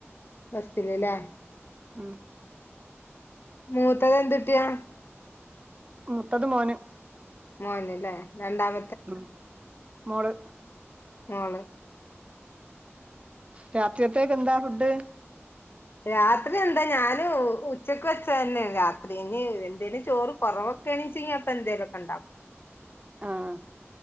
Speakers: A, on the left; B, on the right.
A: ബസ്സില് ലേ.
B: ഉം
A: മൂത്തതെന്തുട്ട്യാ?
B: മൂത്തത് മോന്.
A: മോന് ല്ലേ രണ്ടാമ
B: ഉം മോള്.
A: മോള്.
B: രാത്രികത്തേക്കെന്താ ഫുഡ്ഡ്?
A: രാത്രി എന്താ ഞാന് ഉച്ചക്ക് വെച്ചതന്നേണ് രാത്രി, ഇഞ് എന്തേലും ചോറ് കൊറവൊക്കേണീച്ചെങ്കി അപ്പെന്തേലൊക്കണ്ടാക്കും.
B: ആഹ്.